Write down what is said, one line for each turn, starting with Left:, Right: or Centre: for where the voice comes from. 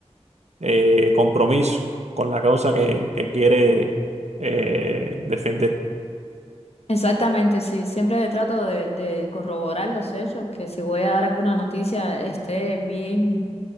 Right: eh, compromiso con la causa que, que quiere eh, defender.
Left: Exactamente, sí. Siempre trato de, de corroborar los hechos, que si voy a dar alguna noticia esté bien.